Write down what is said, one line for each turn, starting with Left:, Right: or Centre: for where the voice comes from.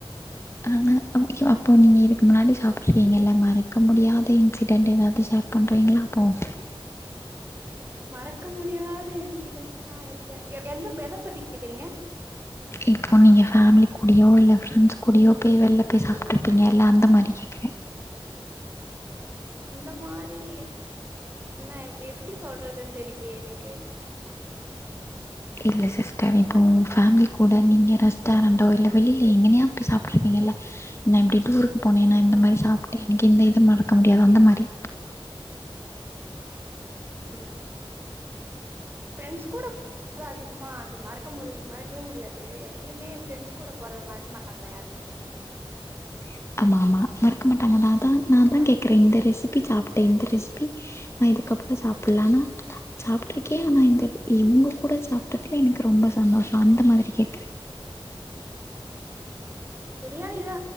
Left: ஆமா ஓ அய்யோ அப்போ நீங்க இதுக்கு முன்னாடி சாப்ட்டிருக்கீங்கல்ல மறக்க முடியாத இன்சிடென்ட் எதாவது ஷேர் பண் டிரயின்ல போம்
Right: மறக்க முடியாத இன்சிடென்ட்னா எத எ எந்த எத பத்தி கேக்குறீங்க
Left: இப்போ நீங்க ஃபேமிலி கூடயோ இல்ல ஃப்ரெண்ட்ஸ் கூடயோ போய் வெளில போய் சாப்ட்டுருப்பீங்க இல்ல அந்த மாரி கேக்குற
Right: அந்த மாரி என்ன எப்டி சொல்றதுன் தெரிலயே எனக்கு
Left: இல்ல சிஸ்டர் இப்போ ஃபேமிலி கூட நீங்க ரெஸ்டாரண்டோ இல்ல வெளில எங்கனையா போய் சாப்ட்ருகீங் இல்ல நா எப்புடி டூருக் போனே நா இந்த
Right: ம்
Left: மாரி சாப்ட்டே எனக்கு இந்த இது மறக்க முடியாது அந்த மாரி
Right: ம் ஃபிரெண்ட்ஸ் கூட அதிகமா அது மறக்க முடிய மறக்கவே முடியாது எப்பயுமே ஃப்ரெண்ட்ஸ் கூட போறத மறக்க மாட்டாங்ள யாரு வே
Left: <unintelligible> ஆமா ஆமா மறக்க மாட்டாங்க நான் தா நா அதா
Right: ஆ
Left: கேக்குற இந்த ரெசிபி சாப்ட்ட இந்த ரெசிபி நா இதுக்கப்புறோ சாப்பில்லானா சாப்ட்டுருக்கே ஆனா இந்த இவங்க கூட சாப்ட்டதுல எனக்கு ரொம்ப சந்தோஷோ அந்த மாரி கேக்குறே <inaudible>
Right: பிரியாணி தா